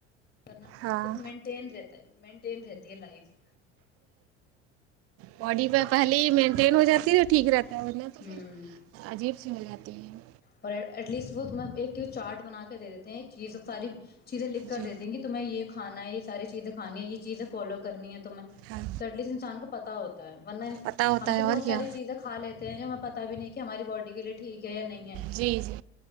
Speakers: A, on the left (about 25°); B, on the right (about 40°).
A: کرنا
B: ہاں
A: مینٹین رہتا ہے مینٹین رہتی ہے لائف
B: بڈی پہ پہلے ہی مٹ ین ہو جاتی ہے ٹھیک رہتا ہے ورنہ تو
A: ہوں
B: پھر عجیب سی ہو جاتی تین
A: اور ایٹ لیسٹ وہ تم ایک چارٹ بنا کے دے دیتے ہیں ایک چیز ساری چیزیں لکھ کر
B: جی
A: دیتی ہیں کہ تمہیں یہ کھانا ہے یہ ساری چیزیںھانی ہے یہ چیز فالو کر کرنی ہے تو میں
B: ہاں
A: تو ایٹ لسٹ انسان کو بتاؤت ورنہ
B: پتہ ہوتا
A: ہم
B: ہے
A: تو بہت
B: اور
A: ساری
B: کیا
A: چیزیں کھا لیتے ہیں جو ہمیں پت بھی نہیں کہ ہماری باڈی کے لیے ٹھیک ہے یا نہیں ہے
B: جی جی